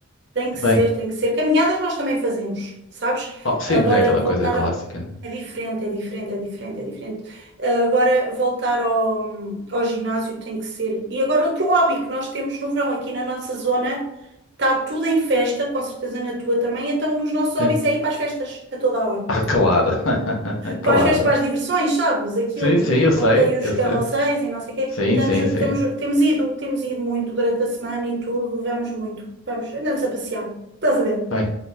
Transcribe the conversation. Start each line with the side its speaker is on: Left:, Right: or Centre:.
Right: Tem
Left: Bem,
Right: que ser, tem que ser. Caminhadas nós também fazemos, sabes?
Left: oh, sim,
Right: Agora
Left: mas é aquela
Right: voltar
Left: coisa clássica,
Right: a...
Left: né?
Right: é diferente, é diferente, é diferente, é diferente. Ah, Agora voltar ao, ao ginásio tem que ser. E agora outro hobby que nós temos no verão aqui na nossa zona, está tudo em festa, com certeza na tua também, então um dos nossos hobbies
Left: Sim.
Right: é ir para as festas a toda a hora.
Left: Ah, claro. <laughs> Claro.
Right: Para as festas, para as diversões, sabes? Aquilo
Left: Sim, sim, eu sei,
Right: onde tem os
Left: eu
Right: carrosséis
Left: sei.
Right: e não sei o quê.
Left: Sim,
Right: Estamos,
Left: sim, sim.
Right: temos, temos ido, temos ido muito durante a semana e tudo, vamos muito, vamos, andamos a passear. Estás a ver?
Left: Bem,